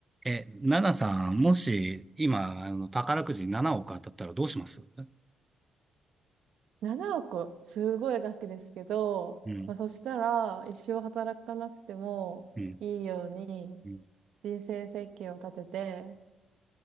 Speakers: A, on the right (about 15°); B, on the right (about 75°).
A: え、ナナさん、もし、今、あの、宝くじ7億当たったらどうしますうん。
B: 7億、すごい額ですけど、
A: うん、
B: まあ、そしたら、一生働かなくてもいいように、
A: うん、うん、うん、
B: 人生設計を立てて、